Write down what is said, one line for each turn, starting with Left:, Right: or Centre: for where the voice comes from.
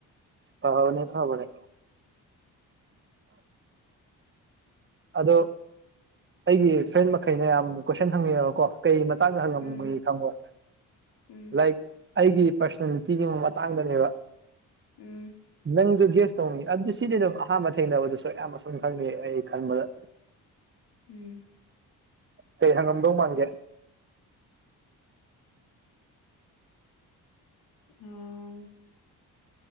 Right: ꯍꯥꯎꯥꯎ ꯅ ꯊꯕꯔꯦ ꯑꯗꯣ ꯑꯩꯒꯤ ꯐ꯭ꯔꯦꯟ ꯃꯈꯩꯅ ꯌꯥꯝ ꯀꯣꯏꯁꯟ ꯍꯪꯅꯤꯡꯉꯦꯕꯀꯣ ꯀꯩ ꯞ ꯆꯥꯡꯖꯍꯜꯂꯝ
Left: ꯎꯝ
Right: ꯃ ꯈꯪꯕ
Left: ꯎꯝ
Right: ꯂꯥꯏꯛ ꯑꯩꯒꯤ ꯄꯥꯔꯁꯅꯦꯜꯂꯤꯇꯤꯒꯤ ꯃꯇꯥꯡꯗꯅꯦꯕ
Left: ꯎꯝ
Right: ꯅꯪꯁꯨ ꯒꯦꯁ ꯇꯧꯉ ꯑꯗꯨ ꯁꯤꯗꯤ ꯑꯗꯨꯝ ꯑꯍꯥꯟꯕ ꯊꯦꯡꯅꯕꯗꯁꯨ ꯌꯥꯝꯌꯥꯝ ꯑꯁꯨꯝ ꯈꯪꯅꯩ ꯑꯩ ꯈꯟꯕꯗ
Left: ꯎꯝ
Right: ꯀꯩ ꯍꯪꯉꯝꯗꯧ ꯃꯥꯡꯒꯦ
Left: ꯎꯝ